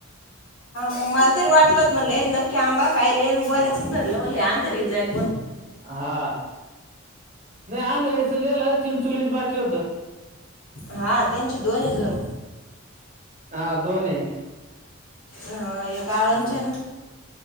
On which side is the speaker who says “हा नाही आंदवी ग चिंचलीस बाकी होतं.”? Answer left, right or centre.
Right